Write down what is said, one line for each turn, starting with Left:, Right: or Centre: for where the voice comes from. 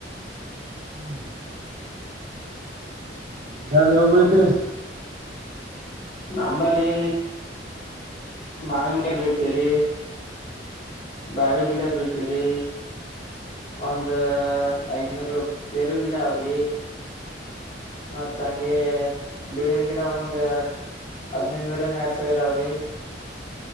Right: ಹ್ಮ ಇದೋಗ ಬ್ರೇ
Left: ನಮ್ಮಲ್ಲಿ ಮಾವಿನ್ಕಾಯಿ ಬೀಳ್ತವ್ರಿ ಬಾಳೆ ಗಿಡ ಬೀಳ್ತವ್ರಿ ಒಂದು ಒ ಐದನೂರು ಪೇರುಗಿಡ ಅವ ರೀ ಮತ್ತ ಹಂಗೆ ಬೇಳ್ ಗಿಡ ಒಂದ ಹದ್ಿನೈದುನೂರ ಏನ್ ಎರಡ್ ಸಾವಿರ ಅವ್ರಿ